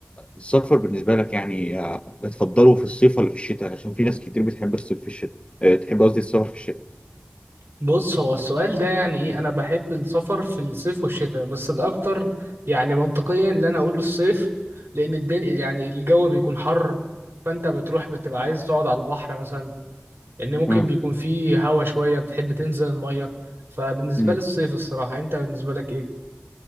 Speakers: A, on the left; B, on the right.
A: السفر بالنسبة لك يعني بتفضله في الصيف ولا في الشتاء عشان في ناس كتير بتحب الصيف في الشتاء أه، تحب قصدي السفر في الشتاء
B: بص هو السؤال ده يعني ايه انا بحب السفر في الصيف والشتاء بس الاكتر يعني منطقيا اللي انا اقول الصيف لان الدنيا يعني الجو بيكون حر فانت بتروح بتبقى عايز تقعد على البحر مثلا لان ممكن
A: اه
B: بيكون فيه هوا شوية بتحب تنزل المية فبالنسبة
A: مم.
B: لي الصيف الصراحة انت بالنسبة لك ايه